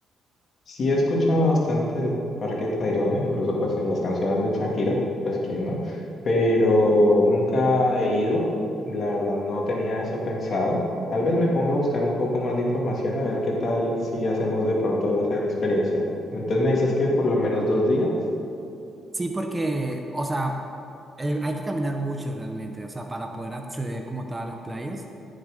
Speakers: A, on the left; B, on the right.
A: Sí he escuchado bastante del Parque Tayrona, incluso pues en las canciones de Shakira, pues quién no, pero nunca he ido, la verdad no tenía eso pensado. Tal vez me ponga a buscar un poco más de información a ver qué tal si hacemos de pronto esa experiencia. Entonces me dices que por lo menos dos días.
B: Sí, porque, o sea, eh, hay que caminar mucho realmente, o sea, para poder acceder como tal a las playas.